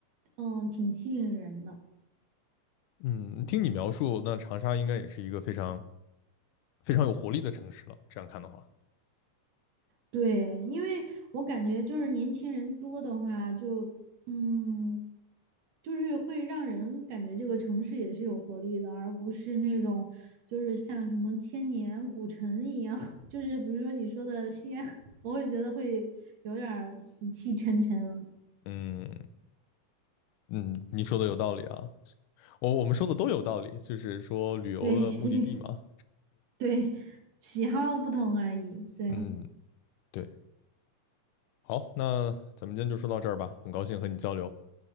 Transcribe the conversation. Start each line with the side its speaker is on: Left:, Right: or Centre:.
Right: 嗯挺吸引人的。
Left: 嗯，听你描述，那长沙应该也是一个非常非常有活力的城市了。这样看的话，
Right: 对，因为我感觉就是年轻人多的话就，嗯，就是会让人感觉这个城市也是有活力的，而不是那种就是像什么千年古城一样，<laughs> 就是比如说你说的西安，我会觉得会有点儿死气沉沉了
Left: 嗯嗯，你说的有道理啊，我我们说的都有道理，就是说旅游的目的地嘛。
Right: 对 <laughs> 对对，喜好不同而已。对，
Left: 嗯，对。好，那咱们今天就说到这儿吧，很高兴和你交流。